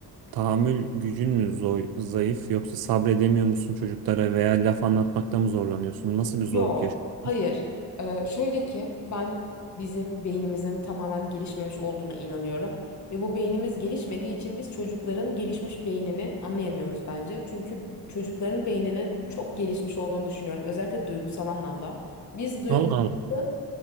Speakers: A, on the right; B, on the left.
A: tahammül gücün mü zor, zayıf yoksa sabredemiyor musun çocuklara veya laf anlatmakta mı zorlanıyorsun? Nasıl bir zorluk
B: Yo.
A: yaşıyorsun?
B: Hayır. Ee, şöyle ki ben bizim beynimizin tamamen gelişmemiş olduğuna inanıyorum. Ve bu beynimiz gelişmediği için biz çocukların gelişmiş beynini anlayamıyoruz bence. Çünkü çocukların beyninin çok gelişmiş olduğunu düşünüyorum. Özellikle duygusal anlamda. Biz duyguları
A: Allah Allah.